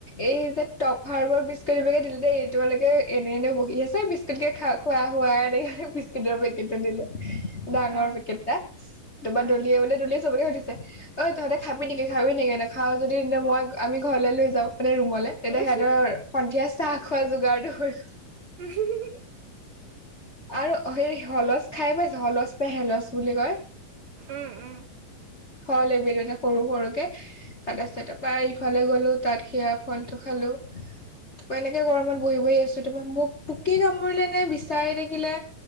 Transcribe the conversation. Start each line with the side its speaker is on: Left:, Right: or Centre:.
Left: এই যে টপ হাৰ্বৰ বিস্কুট বিলাকে দিলে দেই এই তোমালোকে এনে এনে বহি আছে বিস্কুট কে খা খোৱা হোৱা এনেকে বিস্কুটৰ পেকেটটো দিলে। ডাঙৰ
Right: অ
Left: পেকেতটা টাপা
Right: অ
Left: দলিয়া বলে দলি চবকে সুধিছে ঐ তহঁতে খাবি নেকি- খাবি নেকি নেখাও যদি তে মই আমি ঘৰলৈ লৈ যাওঁ। মানে ৰুমলে তেতিয়া
Right: উম
Left: সিহঁতৰ সন্ধিয়া চাহ খোৱা যোগাৰটো হৈ
Right: <unintelligible>
Left: আৰু হে হলচ খাই পাইছো হলচ নে হেলচ বুলি কয়।
Right: উম-উম।
Left: হ'ল এ ভিডিঅ এটা সৰু- সৰুকে তাত আছে তাপা ইফালে গ'লো তাত ইয়াৰ ফলটো খালোঁ। এনেকে গৰমত বহি -বহি আছো তাপা মোক পোকে কামুৰিলে নে বিচায়ে দাকিলে।